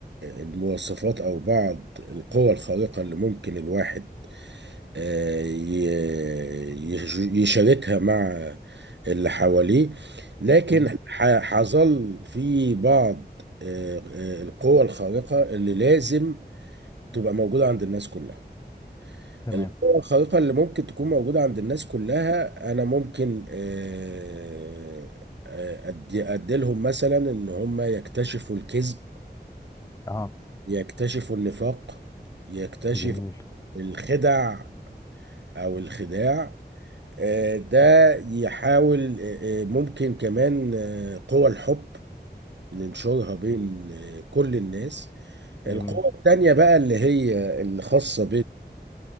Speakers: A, on the right; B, on the left.
A: المواصفات او بعض القوى الخارقة اللي ممكن الواحد آه، ي- ي- يشاركها مع اللي حواليه لكن
B: آه،
A: ح- حظل في بعض آه، آه، القوى الخارقة اللي لازم تبقى موجودة عند الناس كلها
B: تمام
A: القوة الخارقة اللي ممكن تكون موجودة عند الناس كلها أنا ممكن آه، آه، أدي أديلهم مثلا إن هم يكتشفوا الكذب
B: اه
A: يكتشفوا النفاق يكتشفوا
B: جميل
A: الخدع أو الخداع آه، ده يحاول آه، آه، ممكن كمان آه، قوى الحب ننشرها بين آه، كل الناس
B: جميل
A: القوة التانية بقى اللي هي الخاصة